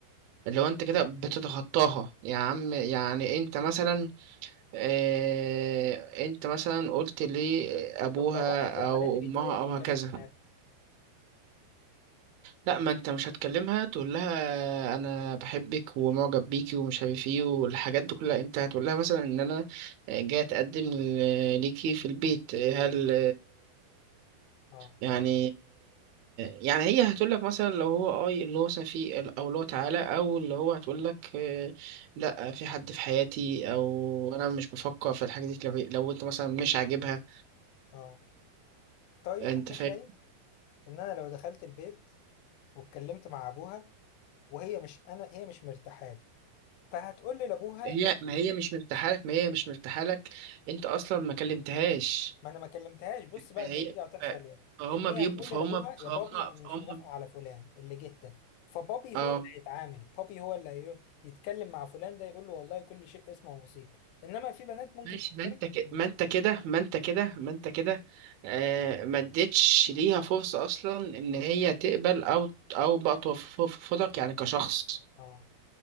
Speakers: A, on the right; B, on the left.
A: اللي هو انت كده
B: اه
A: بتتخطاها يا عم يعني انت مثلا اه انت مثلا قلت لابوها
B: طب لو واحد زي حالاتي
A: او
B: بيتحرج
A: امها او
B: يكلم
A: هكذا
B: بنات
A: لا ما انت مش هتكلمها تقول لها انا بحبك ومعجب بيكي ومش عارف ايه والحاجات دي كلها انت هتقول لها مثلا ان انا جاي اتقدم ل- ليكي في البيت هل
B: اه
A: يعني يعني هي هتقول لك مثلا لو هو اه اللي هو مثلا في ال- او اللي هو تعالى او اللي هو هتقول
B: اه
A: لك لا في حد في حياتي
B: اه
A: او انا مش بفكر في الحاجه دي لو لو انت مثلا مش عاجبها
B: اه. طيب
A: انت
B: انا
A: فاهم
B: شايف ان انا لو دخلت البيت واتكلمت مع ابوها وهي مش انا هي مش مرتاحه لي فهتقول لي لابوها
A: هي ما هي مش مرتاحه لك ما هي مش مرتاحه لك انت اصلا ما كلمتهاش
B: ما انا ما كلمتهاش بص بقى
A: فهي
B: النتيجه هتحصل
A: ف-
B: ايه
A: فهم
B: لان هي
A: بيبقوا
B: هتقول
A: فهم
B: لي لابوها
A: فهم
B: يا بابي انا
A: فهم
B: مش موافقه على فلان اللي جه ده فبابي
A: اه
B: هو اللي هيتعامل بابي هو اللي هيرو- يتكلم مع فلان ده يقول له والله كل شيء اسمه ونصيب انما في بنات ممكن
A: ماشي
B: تتحرج
A: ما انت كده
B: إن
A: ما
B: هي-
A: انت كده ما انت كده ما انت كده آه ما اديتش ليها فرصه اصلا ان هي تقبل او او بقى ترفضك يعني كشخص
B: اه